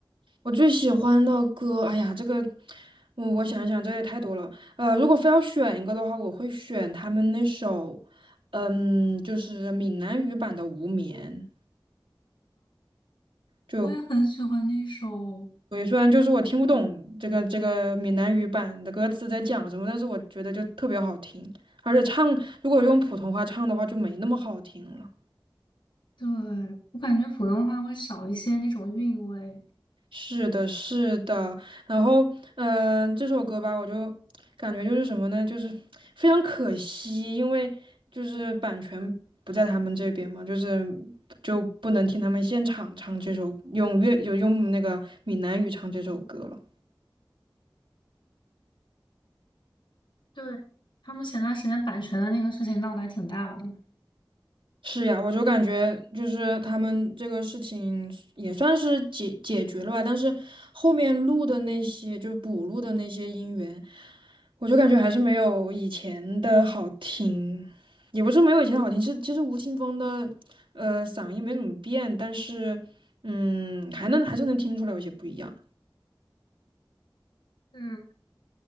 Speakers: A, on the right; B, on the left.
A: 我最喜欢的歌，哎呀，这个，我我想一想，这也太多了。呃，如果非要选一个的话，我会选他们那首，嗯，就是闽南语版的《无眠》。就，
B: 我也很喜欢那首。
A: 对，虽然就是我听不懂这个这个闽南语版的歌词在讲什么，但是我觉得就特别好听，而且唱如果用普通话唱的话就没那么好听了。
B: 对，我感觉普通话会少一些那种韵味。
A: 是的，是的，然后，嗯、这首歌吧，我就感觉就是什么呢，就是非常可惜，因为就是版权不在他们这边嘛，就是就不能听他们现场唱这首，用粤就用那个闽南语唱这首歌了。
B: 对，他们前段时间版权的那个事情闹得还挺大的。
A: 是呀，我就感觉就是他们这个事情也算是解解决了吧，但是后面录的那些就是补录的那些音源，我就感觉还是没有以前的好听，也不是没有以前好听，是其实吴青峰的呃嗓音没怎么变，但是嗯还能还是能听出来有些不一样。
B: 嗯，